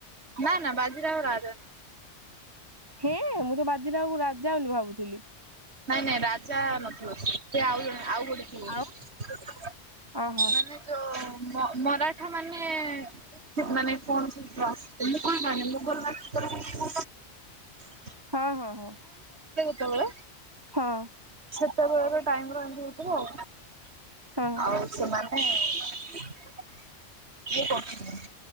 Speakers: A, on the right; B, on the right.
A: ନା ନା ବାଜିରେ ଆ ରାଜନ
B: ହେଁ ମୁଁ ତ ବାଜିଟାକୁ ରାଜା ବୋଲି ଭାବୁଥିଲି।
A: ନାଇଁ ନାଇଁ ରାଜା ନଥିବ ସେ ଆଉ ଜଣେ ଆଉ ଗେଟେ। ମାନେ
B: ଆଉ ଓହୋ
A: ଯୋ <inaudible> ମରାଠା ମାନେ। ସେ ମାନେ ଫ ମୁଲ <inaudible> <inaudible>
B: ହଁ ହଁ ହଁ।
A: କେତେବେଳେ
B: ହଁ
A: ସେତେବେଳେ ର ଟାଇମ୍ ରେ ଏମତି ହେଇଥିବ ଆଉ।
B: ହଁ
A: ଆଉ ସେମାନେ ଇଏ କରୁଥିଲେ।